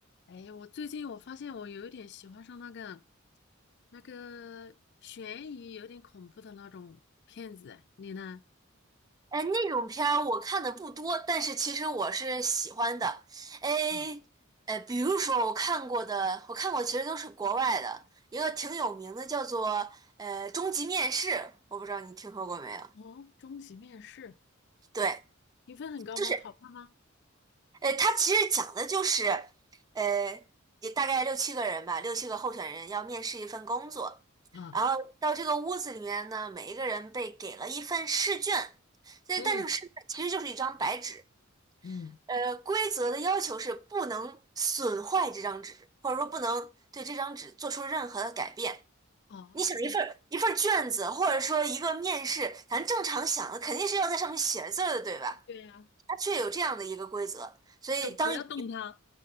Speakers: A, on the left; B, on the right.
A: 哎呀，我最近我发现我有一点喜欢上那个那个悬疑、有点恐怖的那种片子，哎你呢？
B: 哎，那种片儿我看的不多，但是其实我是喜欢的。哎，
A: 啊，
B: 呃，比如说我看过的，我看过其实都是国外的，一个挺有名的叫做呃《终极面试》，我不知道你听说过没有？
A: 哦，终极面试
B: 对，
A: 评分很高吗？
B: 就是
A: 好看吗？
B: 呃，它其实讲的就是呃，也大概六七个人吧，六七个候选人要面试一份工作，
A: 啊，
B: 然后到这个屋子里面呢，每一个人被给了一份试卷，这但这个试卷其实就是一张白纸。
A: 嗯嗯，
B: 呃，规则的要求是不能损坏这张纸，或者说不能对这张纸做出任何的改变。
A: 啊，
B: 你想一份儿一份儿卷子，或者说一个面试，咱正常想的肯定是要在上面写字儿的，对吧？
A: 对呀，
B: 它却有这样的一个规则，所以当有
A: 就不要动它